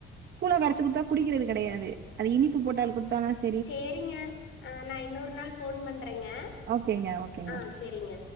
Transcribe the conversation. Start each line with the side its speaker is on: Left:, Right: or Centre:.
Right: கூழா கரைச்சி குடுத்தா குடிக்கிறது கெடையாது அது இனிப்பு போட்டால் குடுத்தாங்க
Left: சேரிங்க அ நா இன்னொரு நாள் ஃபோன் பண்றேங்க
Right: ஓகேங்க ஓகேங்க
Left: ஆ செரிங்க